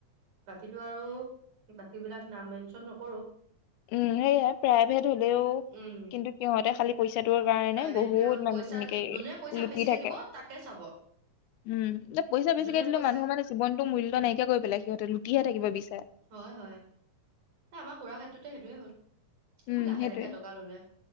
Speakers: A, on the right; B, on the left.
A: বাকীটো আৰু বাকী বিলাক নাম মেনচন নকৰো।
B: উম, সেয়াই প্ৰাইভেট হ'লেও,
A: উম
B: কিন্তু সিহঁতে খালি পইচাটোৰ কাৰণে
A: প্ৰাইভেট
B: বহুত
A: বিলাকত
B: মানে
A: পইচা
B: তেনেকে
A: যোনে, পইচা
B: লুটি
A: বেছিকে
B: থাকে
A: দিব তাকে চাব।
B: উম, এ, পইচা বেচিকে
A: যোনে
B: দিলেও
A: পইচা
B: মানুহৰ মানে জীৱনটো মূল্য নাইকিয়া কৰি পেলাই, সিহঁতে লুটিহে থাকিব বিচাৰে।
A: হয়, হয়। আমাৰ খুৰা ক্ষেত্ৰতো সেইটোৱে হ'ল। কিমান
B: উম,
A: লাখে
B: সেইটোৱে
A: লাখে টকা ললে